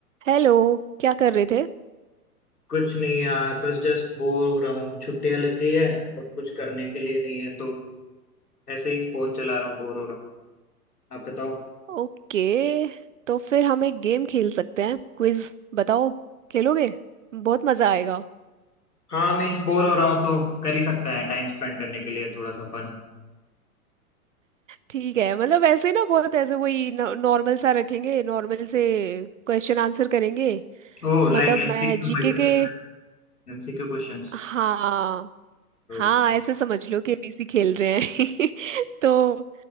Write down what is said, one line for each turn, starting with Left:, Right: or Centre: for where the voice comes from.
Right: हेलो क्या कर रहे थे
Left: कुछ नहीं यार बस जस्ट बोर हो रहा हूँ छुट्टियां लग गई है अब कुछ करने के लिए नहीं है तो ऐसे ही फोन चला रहा हूँ बोर हो रहा हूँ आप बताओ
Right: ओके तो फिर हम एक गेम खेल सकते हैं क्विज बताओ खेलोगे बहुत मजा आएगा
Left: हाँ मीन्स बोर हो रहा हूँ तो कर ही सकता है टाइम स्पेंड करने के लिए थोड़ा सा फन
Right: ठीक है मतलब ऐसे ना बहुत ऐसे वही नॉर्मल सा रखेंगे नॉर्मल से क्वेश्चन आंसर करेंगे
Left: ओ
Right: मतलब
Left: like MCQ
Right: मैं जीके
Left: multiple
Right: के
Left: choice MCQ questions
Right: हाँ
Left: तो
Right: हाँ
Left: <laughs>
Right: ऐसे समझ लो कि एबीसी खेल रहे हैं <laughs> तो